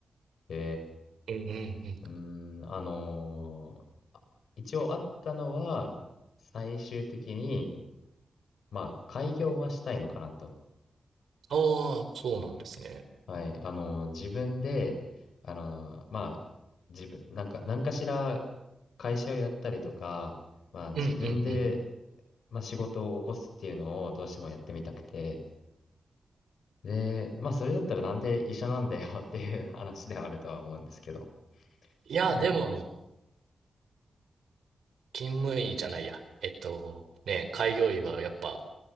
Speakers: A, on the left; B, on the right.
A: た。う
B: うんうんうん。
A: ーん、あのー一応あったのは、最終的に、まあ、開業はしたいのかなと。
B: ああ、そうなんですね。
A: はい。あの、自分で、あの、まあ、自分、なんか、何かしら会社をやったりとか、まあ、自分で、
B: うんうんうん。
A: まあ、仕事を起こすっていうのをどうしてもやってみたくて、で、まあ、それだったらなんで医者なんだよって <laughs> いう話ではあるとは思うんですけど、
B: いや、
A: あ、
B: でも、
A: でも、
B: 勤務医じゃないや。えっと、ね、開業医はやっぱ、